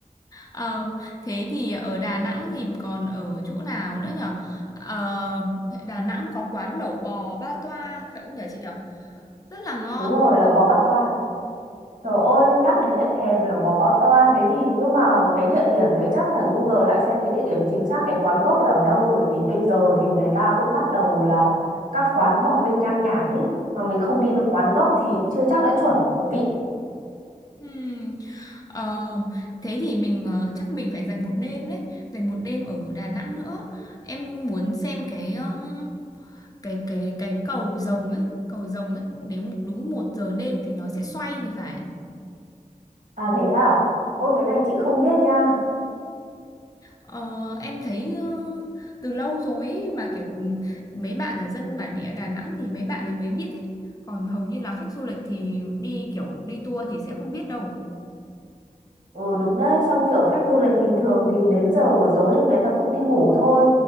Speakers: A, on the left; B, on the right.
A: Ờ, thế thì ở Đà Nẵng thì còn ở chỗ nào nữa nhở Ờ, Đà Nẵng có quán lẩu bò Ba Toa phải không nhở chị nhở rất là ngon
B: Đúng rồi, lẩu bò ba toa. Trời ơi, nhắc đến lại thèm lẩu bò ba toa thế thì nhưng mà cái địa điểm đấy chắc phải Google lại xem cái địa điểm chính xác cái quán gốc là ở đâu bởi vì bây giờ thì người ta cũng bắt đầu là các quán nó mọc lên nhan nhản ấy mà mình không đi được quán gốc thì cũng chưa chắc đã chuẩn vị.
A: Ừm, ờ, thế thì mình ờ, chắc mình phải dành một đêm đấy dành một đêm ở Đà Nẵng nữa em muốn xem cái um, cái cái cái cầu rồng ấy cầu rồng ấy đến đúng một giờ đêm thì nó sẽ xoay thì phải
B: À thế à? Ôi cái này chị không biết nha.
A: Ờ, em thấy ờ, từ lâu rồi ý, mà kiểu ừm, mấy bạn ở dân bản địa Đà Nẵng thì mấy bạn ấy mới biết ý. Còn hầu như là khách du lịch thì đi kiểu đi tour thì sẽ không biết đâu.
B: Ừ đúng đấy, xong kiểu khách du lịch bình thường thì đến giờ buổi tối thì người ta cũng đi ngủ thôi.